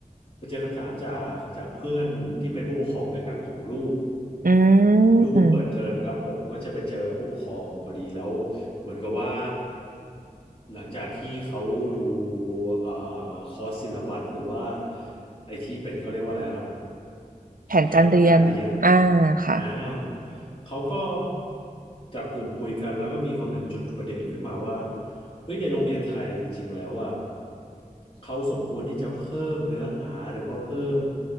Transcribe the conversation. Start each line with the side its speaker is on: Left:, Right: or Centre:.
Left: ไปเจอคำถามจากจากเพื่อนที่เป็นผู้ปกครองด้วยกันของลูก
Right: อื
Left: ลูกเพิ่งเปิดเทอมครับผมก็จะไปเจอผู้ปกครองพอดีแล้ว
Right: ม
Left: เหมือนกับว่าหลังจากที่เขาดูเอ่อคอร์สซิลลับัสหรือว่าไอที่เป็นเขาเรียกว่าอะไรครับ
Right: แผนการเรียน
Left: แผนการเรียนนะ
Right: อ่าค่ะ
Left: อ่าเขาก็จับกลุ่มคุยกันแล้วก็มีคนหนึ่งจุดประเด็นขึ้นมาว่าเฮ้ยในโรงเรียนไทยจริงๆแล้วอ่ะเขาสมควรที่จะเพิ่มเนื้อหาหรือว่าเพิ่ม